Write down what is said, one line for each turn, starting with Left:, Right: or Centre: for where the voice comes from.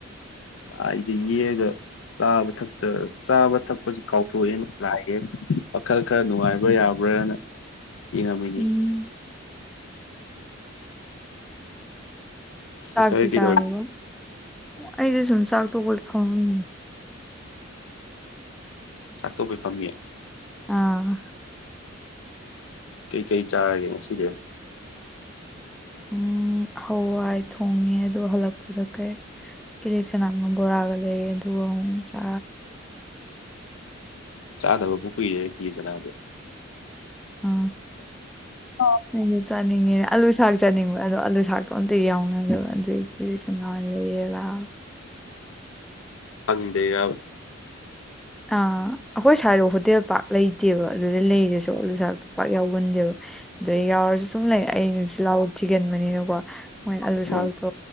Left: ꯑꯩꯗꯤ ꯌꯦꯛꯒ ꯆꯥꯕ ꯊꯛ ꯆꯥꯕ ꯊꯛꯄꯁꯤ ꯀꯥꯎꯊꯣꯛꯑꯦꯅ ꯂꯥꯏꯌꯦꯦ ꯋꯥꯈꯜ ꯈꯔ ꯅꯨꯡꯉꯥꯏꯕ꯭ꯔꯥ ꯌꯥꯕ꯭ꯔꯅ ꯌꯦꯡꯉꯝꯃꯤꯅꯤ
Centre: ꯎꯝ
Left: ꯁꯤꯁꯇꯔ
Centre: ꯆꯥꯛꯇꯤ ꯆꯥꯔꯕ
Left: ꯀꯩꯗꯧꯔꯤ
Centre: ꯑꯩꯁꯦ ꯁꯨꯝ ꯆꯥꯛꯇꯣꯛꯧꯕ ꯐꯣꯡꯉꯝꯃꯦ
Left: ꯆꯥꯛꯊꯣꯛꯩ ꯐꯝꯃꯤ
Centre: ꯑꯥ
Left: ꯀꯩꯀꯩ ꯆꯥꯔꯒꯦ ꯁꯤꯗꯤ
Centre: ꯎꯝ ꯍꯋꯥꯏ ꯊꯣꯡꯉꯦ ꯑꯗꯣ ꯍꯜꯂꯛꯄꯗ ꯀꯩ ꯀꯤꯂꯠ ꯆꯅꯥꯝ ꯑꯃ ꯕꯣꯔꯥꯒ ꯂꯩꯔꯦ ꯑꯗꯨꯒ ꯑꯃꯨꯛ ꯆꯥ
Left: ꯆꯥꯗꯕ ꯕꯨꯀꯔꯤꯁꯦ ꯄꯤꯂꯤ ꯆꯅꯥꯗꯣ
Centre: ꯑ
Left: ꯑꯣ
Centre: ꯑꯩꯗꯣ ꯆꯥꯅꯤꯡꯉꯦꯅꯦ ꯑꯥꯂꯨ ꯁꯥꯛ ꯆꯥꯅꯤꯡꯕ ꯑꯗꯣ ꯑꯥꯂꯨ ꯁꯥꯛꯇꯣ ꯑꯝꯇ ꯌꯥꯎꯅ ꯑꯗꯨꯏ ꯀꯤꯅꯤ ꯆꯥꯅꯥ ꯑꯣꯏꯅ ꯂꯩꯔ ꯂꯥꯛꯑꯕ
Left: ꯐꯪꯗꯩꯔꯒ
Centre: ꯑ ꯑꯩꯈꯣꯏ ꯁꯥꯏꯔꯣ ꯍꯣꯇꯦꯜ ꯄꯥꯛ ꯂꯩꯇ ꯇꯦꯕ ꯑꯗꯨꯗꯩ ꯂꯩꯔꯁꯨ ꯑꯂꯨꯁꯥꯛꯇ ꯄꯥꯛ ꯌꯥꯎꯒꯟꯗꯦꯕ ꯑꯗꯨꯗ ꯌꯥꯎꯔꯁꯨ ꯁꯨꯝ ꯂꯩ ꯑꯩꯅ ꯆꯤꯜ ꯂꯥꯎꯕ ꯊꯤꯒꯟꯕꯅꯤꯅꯀꯣ ꯃꯣꯏꯅ ꯑꯥꯂꯨ ꯁꯥꯛꯗꯣ
Left: ꯑꯣ